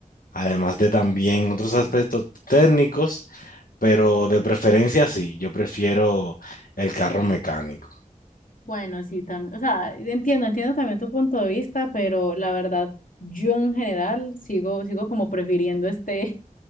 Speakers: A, on the left (about 85°); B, on the left (about 75°).
A: además de también
B: Ah,
A: otros
B: sí,
A: aspectos
B: es
A: técnicos, pero de preferencia sí, yo prefiero el carro mecánico.
B: Bueno, sí, también, o sea, entiendo, entiendo también tu punto de vista, pero la verdad, yo en general sigo, sigo como prefiriendo este,